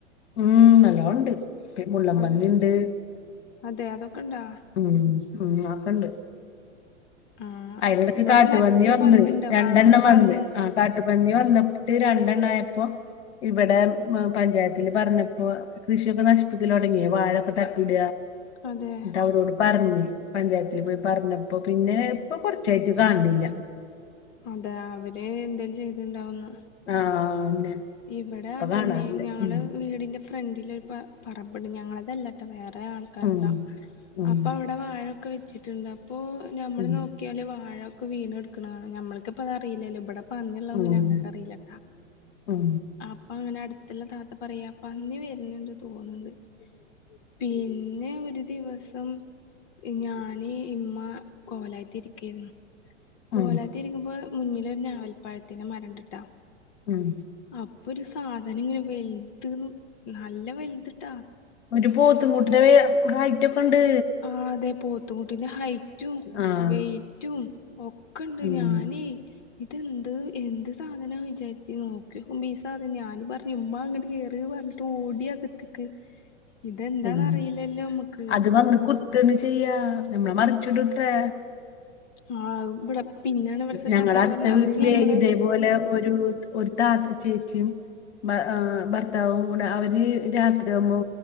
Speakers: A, on the left (about 65°); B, on the left (about 45°).
A: ഉം നല്ലോണ്ട് പി മുള്ളമ്പന്നീണ്ട്
B: അതെ അതെ അതൊക്കെ ഇണ്ടാ
A: ഉം ഉം ആക്കണ്ട്
B: ആ
A: അയിലെടക്ക്
B: ഇവിടെ
A: കാട്ടുപന്നി
B: മറ്റേ
A: വന്ന്
B: പന്നിണ്ട
A: രണ്ടെണ്ണം
B: ആ പന്നി
A: വന്ന് ആ കാ ട്ട് പന്നി വന്ന് ട്ട് രണ്ടെണ്ണായപ്പോ ഇവടെ പഞ്ചായത്തില് പറഞ്ഞപ്പോ കൃഷിയൊക്കെ നശിപ്പിക്കലൊടങ്ങി വാഴ താക്കിട
B: അതെ
A: ന്ന്ട്ടവരോട് പർഞ് പഞ്ചായത്തില് പോയി പറഞ്ഞപ്പോ പിന്നെ ഇപ്പ കൊർച്ചായിട്ട് കാൻണില്ല
B: അതാ അവര് എന്തേ ചെയ്ത്ണ്ടാവുന്നാ
A: ആ അന്നെ
B: ഇവിടെ
A: ഇപ്പൊ
B: അതന്നെ
A: കാണാറില്ല
B: ഞങ്ങള്
A: ഉം
B: വീടിന്റെ ഫ്രണ്ടിലൊരു പറബ്ണ്ട് ഞങ്ങളതല്ലാട്ടോ വേറെ ആൾക്കാരതാ
A: ഉം ഉം
B: അപ്പൊ അവ് ടെ വാഴൊക്കെ വെച്ചിട്ട്ണ്ട് അപ്പോ ഞമ്മൾ
A: ഉം
B: നോ ക്ക്യാല് വാഴൊക്കെ വീണെട്ക്ക്‌ണെ കാണാ ഞമ്മള്ക്ക്‌പ്പതറീലല്ലോ ഇവടെപ്പന്നിള്ളതൊന്നും
A: ഉം
B: ഞങ്ങക്കറിലല്ലോ
A: ഉം
B: അപ്പങ്ങനെ അട്ത്ത്ള്ള താത്ത പറയാ പന്നി വെര്ന്ന്ണ്ട് തോന്ന്ണ്ട് പിന്നെ ഒരു ദിവസം ഞാന് ഇമ്മ കോലായിത്തിരിക്കേന്നു കോലായ്ത്തിരിക്കുമ്പോ
A: ഉം
B: മുന്നിലൊരു ഞാവൽപ്പഴത്തിന്റെ മരണ്ട്ട്ടോ
A: ഉം
B: അപ്പൊ ഒരു സാധനം ഇങ്ങനെ വൽത് നല്ല വൽത്. ത്ത
A: ഒരു പോത്തും കുട്ടീടെ ഹൈറ്റൊക്കെണ്ട്
B: ആ അതെ പോത്തുകുട്ടിന്റെ ഹൈറ്റും
A: ആഹ്
B: വെയ് റ്റും ഒക്കെണ്ട്
A: ഉം
B: ഞാനേ ഇതെന്ത് എന്ത് സാധനാ വിചാരിച്ച് നോക്ക്യോക്കുമ്പോ ഈ സാധനം ഞാന് പർഞ് ഇമ്മാ ങ്ങട്ട് കേറ് പർഞ് തോടി അകത്ത്ക്ക് ഇതെന്താന്ന്
A: ഉം
B: അറിയില്ലല്ലോ മ്മക്ക്
A: അത് വന്ന് കുത്തണ് ചെയ്യാ ഞമ്മളെ മർച്ച്ടുത്രെ
B: ആ <unintelligible> പിന്നാണ് ഇവിടുത്തെ
A: ഞങ്ങളെ
B: താത്താര്
A: അട്ത്ത
B: പറഞ്ഞ അത്
A: വീട്ടിലെ
B: ഞമ്മള്
A: ഇതേപോലെ ഒരു ഒരു താത്ത ചേച്ചിയും ബ ആ ഭർത്താവും കൂടെ അവര് രാത്രിയാവുമ്പോ